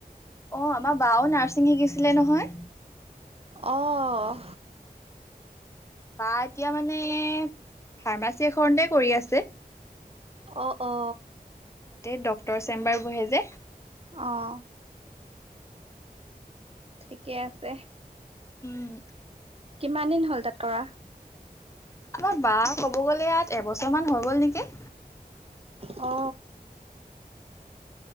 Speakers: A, on the left; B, on the right.
A: অ আমাৰ বাও নাৰ্ছিং শিকিছিলে নহয়।
B: অ'।
A: বা এতিয়া মানে ফাৰ্মাচী এখনতে কৰি আছে।
B: অঁ অ।
A: তাতে ড্টৰ চেম্বাৰ বহে যে।
B: অহ। ঠিকে আছে।
A: উম।
B: কিমান দিন হ'ল তাত কৰা?
A: আমাৰ বা ক'ব গ'লে ইয়াত এবছৰ মান হৈ গ'ল নেকি।
B: অ।